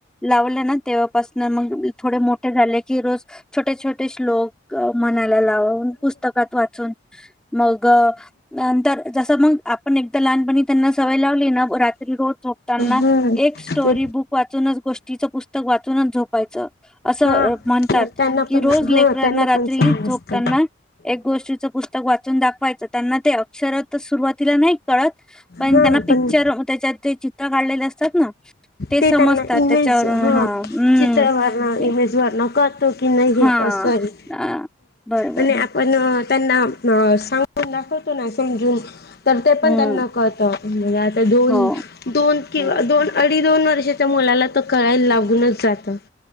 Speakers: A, in the centre; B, on the left (about 55°).
A: लावलं ना तेव्हापासून मग थोडे मोठे झाले की रोज छोटे छोटे श्लोक. मनाला लावून पुस्तकात वाचून मग. नंतर जसं मग आपण एकदा लहानपणी त्यांना सवय लावली ना रात्री रोज झो त्यांना
B: हा
A: एक स्टोरी
B: ते
A: बुक वाचूनच गोष्टीचं पुस्तक वाचूनच झोपायचं. असं
B: हा
A: म्हणतात
B: तर त्यांना
A: की,
B: पण
A: रोज लेकरना
B: हा त्यांना
A: रात्री.
B: पण चांगलं
A: झोपताना
B: असतं
A: एक गोष्टीच पुस्तक वाचि वाचून दाखवायच त्यांना ते अक्षर सुरुवातीला नाही कळत. पण
B: हा
A: त्यांना पिक्चर
B: पण
A: त्याच्या ते चित्र काढलेले असतात ना. समजतात
B: ते त्यांना इमेज
A: त्याच्यावरून
B: हा
A: हम्म
B: चित्रवरण
A: ते-
B: इमेज कळ की नाही
A: हा
B: सॉरी
A: अ बरोबर
B: म्ह आपण त्यांना. अ सांगून दाखवतो नाही समजून. तर ते पण
A: हम्म
B: त्यांना कळत आता दोन
A: हो
B: दोन किंवा
A: हम्म
B: दोन. अ दोन वर्षाच्या मुलाला त कळायला लागूनच जात.